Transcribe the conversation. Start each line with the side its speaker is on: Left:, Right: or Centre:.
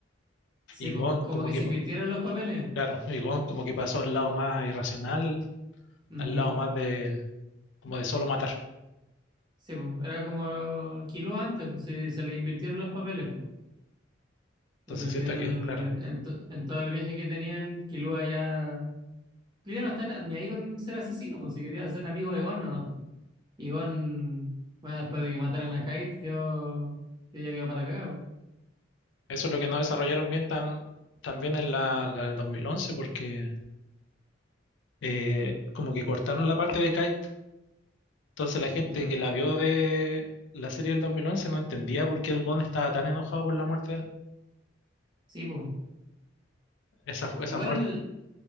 Right: Sí,
Left: y
Right: pues,
Left: Gon
Right: como
Left: como
Right: que
Left: que,
Right: se invirtieron los papeles.
Left: claro, y Gon como que pasó al lado más irracional,
Right: Ujú.
Left: al lado más de, como de solo matar.
Right: Sí, pues, era como kilo antes, pues, sí, se le invirtieron los papeles, pues.
Left: Entonces
Right: Porque al
Left: siento
Right: final,
Left: que, claro,
Right: en, en to- en todo el viaje que tenían, Killua ya... Killua no está na- ni ahí con ser asesino, pues, si quería ser amigo de Gon, nomás, pues. Y Gon, bueno, después de que mataron a Kite, quedó, que ya quedó para la cagada, pues.
Left: eso es lo que no desarrollaron bien tan, también en la, la del 2011, porque eh, como que cortaron la parte de Kai Entonces la gente
Right: Ya.
Left: que la vio de la serie del 2011 no entendía por qué el Gon estaba tan enojado por la muerte de él.
Right: Sí, pues.
Left: Esa, fu- esa
Right: Igual,
Left: muerte,